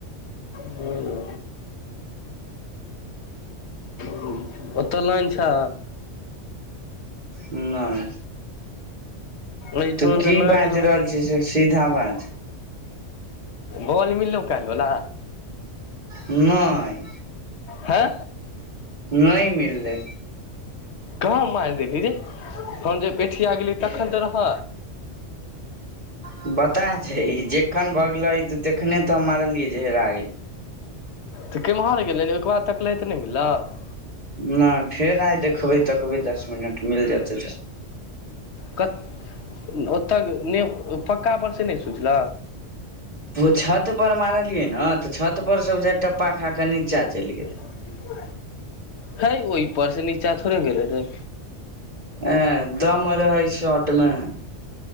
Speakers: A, on the left; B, on the right.
A: हूं हुं हुं ओतऽ लाइन छ
B: नय
A: एहिठाम
B: तू की
A: तऽ लाइन
B: बाइज रहल छ से सीधा बाज
A: बल मि लै कालवला
B: नय
A: हँ
B: नय मिललै
A: कहाँ मार देलहि रे हम जब एठिया गेली तखन तऽ रह
B: हन बता छै जखन भग गेले त तखने तऽ हम मारलियै जे हेरा गेल
A: तऽ केम्हर गेलै ने ओहिके बाद तकलैतऽ नहि गेलक
B: नहि फेर आइ देखबै तकबै दस मिनट मिल जेतै
A: कत ओतय नय पक्का बर से नहि सोचलह
B: ओ छत पर मारलियै ने तऽ छत पर से उझा टप्पा खा क नीचा चैल गेलै
A: हं है ओहिपर से नीचा थोड़े गेले ह ह
B: ए दम रहय शर्ट में